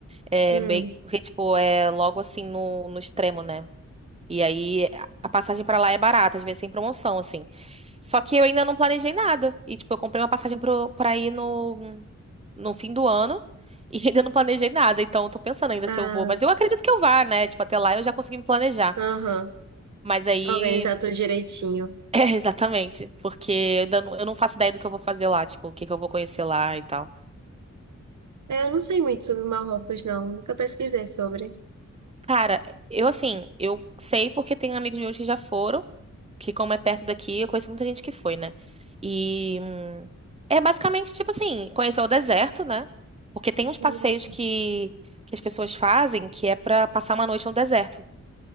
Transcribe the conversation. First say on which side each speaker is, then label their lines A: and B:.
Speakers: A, on the right (about 20°); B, on the right (about 75°).
A: É
B: Hum.
A: meio, porque, tipo, é logo assim no, no extremo, né? E aí a passagem pra lá é barata, às vezes sem promoção, assim. Só que eu ainda não planejei nada. E, tipo, eu comprei uma passagem pro, pra ir no, no fim do ano e <laughs> ainda não planejei nada. Então, eu tô pensando ainda
B: Ah,
A: se eu vou. Mas eu acredito que eu vá, né? Tipo, até lá eu já consegui me planejar.
B: aham.
A: Mas aí.
B: Organizar tudo
A: <laughs>
B: direitinho.
A: É, exatamente. Porque eu, ainda não, eu não faço ideia do que eu vou fazer lá. Tipo, o que que eu vou conhecer lá e tal.
B: É, Eu não sei muito sobre o Marrocos, não. Nunca pesquisei sobre.
A: Cara, eu assim, eu sei porque tem amigos meus que já foram. que como é perto daqui, eu conheço muita gente que foi, né? E hum, é basicamente tipo assim, conhecer o deserto, né? Porque tem uns passeios
B: Hum,
A: que, que as pessoas fazem que é pra passar uma noite no deserto.